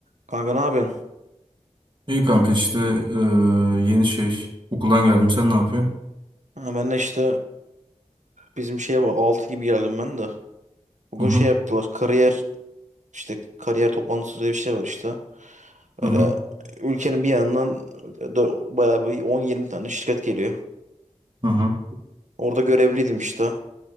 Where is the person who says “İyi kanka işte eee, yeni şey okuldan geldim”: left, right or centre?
Right